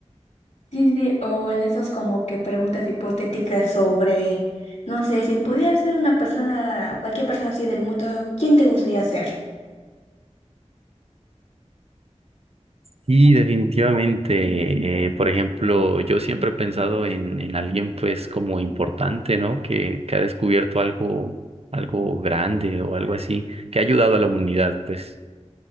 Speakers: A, on the left; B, on the right.
A: Sí, sí, o en esos como que preguntas hipotéticas sobre, no sé, si pudieras ser una persona, cualquier persona así del mundo, ¿quién te gustaría ser?
B: Y definitivamente, eh, por ejemplo, yo siempre he pensado en, en alguien pues como importante, ¿no? Que, que ha descubierto algo, algo grande o algo así, que ha ayudado a la humanidad, pues,